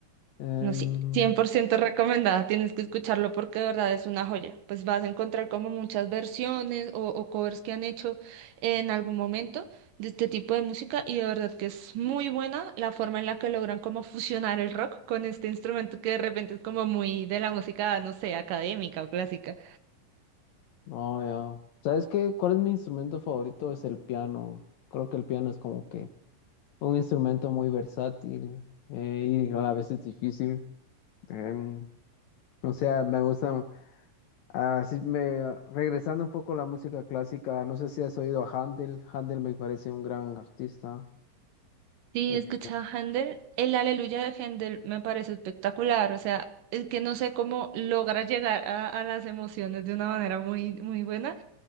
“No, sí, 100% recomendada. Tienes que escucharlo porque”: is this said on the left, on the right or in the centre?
Right